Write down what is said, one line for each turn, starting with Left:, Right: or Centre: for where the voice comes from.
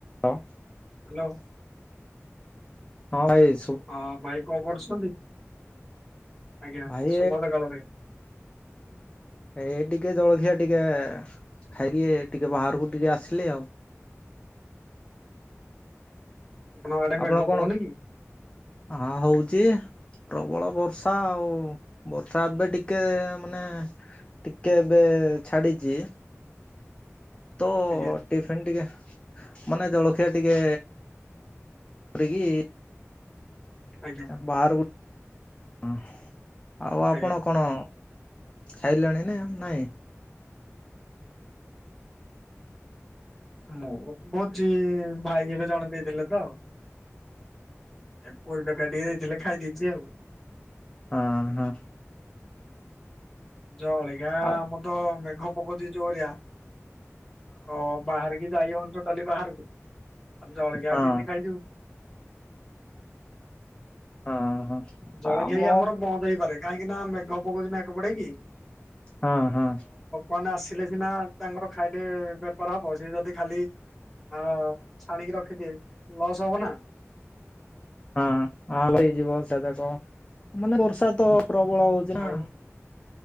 Left: Hello.
Centre: Hello.
Left: ହଁ ଏଇ
Centre: ହଁ ଭାଇ କଣ କରୁଛନ୍ତି? ଆଜ୍ଞା,
Left: ଭାଇ
Centre: ଶୁଭସକାଳ ଭାଇ।
Left: ଏ ଟିକେ ଜଳଖିଆ ଟିକେ ଖାଇକି, ଟିକେ ବାହାରକୁ ଟିକେ ଆସିଲେ ଆଉ।
Centre: ଆପଣଙ୍କ ଆଡେ
Left: ଆପଣ
Centre: ମେଘ
Left: କଣ
Centre: ପକଉନି କି?
Left: ହଁ ହଉଛି? ପ୍ରବଳ ବର୍ଷା ଆଉ, ବର୍ଷା ଏବେ ଟିକେ ମାନେ ଟିକେ ଏବେ ଛାଡିଚି। ତ
Centre: ଆଜ୍ଞା
Left: ଟିଫିନ ଟିକେ, ମାନେ ଜଳଖିଆ ଟିକେ <unintelligible>
Centre: ଆଜ୍ଞା
Left: ବାହାରକୁ ହଁ, ଆଉ ଆପଣ
Centre: ଆଜ୍ଞା
Left: କଣ ଖାଇଲଣି ନା ନାଇଁ?
Centre: ହଁ ଭୋଜି, ଭାଇ ଏବେ ଜଣେ ଦେଇଥିଲେ ତ। ଏ ପୁରି ତରକାରି ଟିକେ ଦେଇଥିଲେ ଖାଇ ଦେଇଛି ଆଉ।
Left: ହଁ ହଁ।
Centre: ଜଳିଖିଆ,
Left: ଆଉ
Centre: ଆମର ତ ମେଘ ପକଉଛି ଜୋରିଆ। ଓ, ବାହାରିକି ଯାଇ ହଉନି ଟୋଟାଲି ବାହାରକୁ। ଆମ ଜଳଖିଆ
Left: ହଁ ହଁ
Centre: ଆଉ କେମିତି ଖାଇଯିବୁ?
Left: ହଁ ହଁ।
Centre: ଜଳଖିଆ
Left: ଆମ
Centre: ବି ଆମର ବନ୍ଦ ହେଇପାରେ, କାହିଁକି ନା? ମେଘ ପକଉଛି ନା କଲ।
Left: ହଁ ହଁ
Centre: କଲ ଆସିଲେ ସିନା ତାଙ୍କର ଖାଇଲେ ବେପାର ହବ, ସିଏ ଯଦି ଖାଲି ଆ ଛାଣିକି ରଖିଥିବେ, ଲସ୍ ହବ ନା।
Left: ହଁ ହଁ ହେଇଯିବ ସାଧା <unintelligible> ମାନେ ବର୍ଷା ତ ପ୍ରବଳ ହଉ <unintelligible>
Centre: ଆଉ
Left: ଆମ